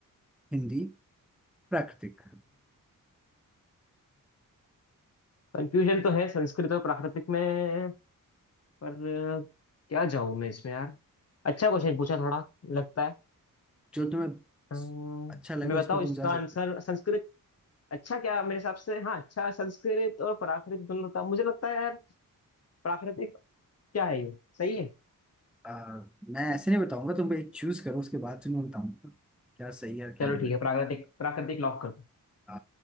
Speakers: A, in the centre; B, on the left.
A: हिंदी प्राकृतिक
B: कंफ्यूजन तो है संस्कृत और प्राकृतिक में पर क्या जाऊं मैं इसमें यार अच्छा क्वेश्चन पूछा थोड़ा लगता है
A: जो तुम्हें
B: अम्म,
A: अच्छा लगे
B: मैं
A: उस
B: बताऊं
A: पर तुम
B: इसका
A: जा सकते
B: आंसर
A: हो
B: संस्कृत अच्छा क्या मेरे हिसाब से हाँ अच्छा संस्कृत और प्राकृत दोनों होता मुझे लगता है यार प्राकृतिक क्या है ये सही है
A: आ, मैं ऐसे नहीं बताऊंगा तुम एक चूज करो उसके बाद तुम्हें बताऊंगा क्या सही है और क्या
B: चलो
A: गलत
B: ठीक है प्राकृतिक प्राकृतिक लॉक कर दो
A: आ,